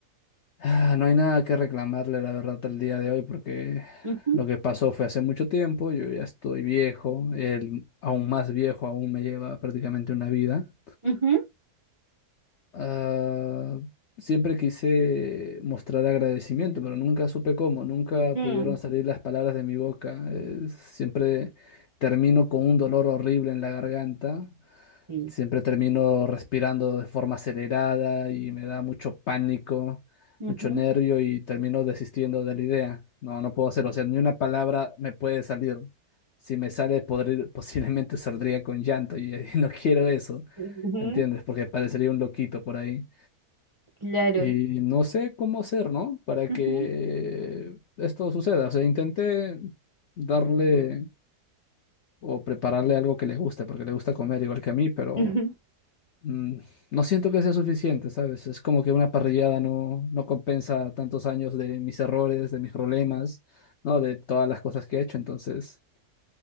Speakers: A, on the left (about 70°); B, on the right (about 45°).
A: ah, no hay nada que reclamarle, la verdad, el día de hoy, porque
B: ujú,
A: lo que pasó fue hace mucho tiempo, yo ya estoy viejo, él aún más viejo, aún me lleva prácticamente una vida.
B: ujú,
A: Ah, siempre quise mostrar agradecimiento, pero nunca supe cómo, nunca
B: mm,
A: pudieron salir las palabras de mi boca. Eh, siempre termino con un dolor horrible en la garganta,
B: sí,
A: siempre termino respirando de forma acelerada y me da mucho pánico,
B: ujú.
A: mucho nervio y termino desistiendo de la idea. No, no puedo hacerlo, o sea, ni una palabra me puede salir. Si me sale, podri- <laughs> posiblemente saldría con llanto y <laughs> y no quiero eso.
B: Ujú,
A: ¿Entiendes? Porque parecería un loquito por ahí.
B: Claro.
A: Y no sé cómo hacer, ¿no? Para
B: Ujú,
A: que esto suceda. O sea, intenté darle o prepararle algo que le guste, porque le gusta comer igual que a mí, pero
B: ujú.
A: mm, no siento que sea suficiente, ¿sabes? Es como que una parrillada no, no compensa tantos años de mis errores, de mis problemas, ¿no? De todas las cosas que he hecho. Entonces,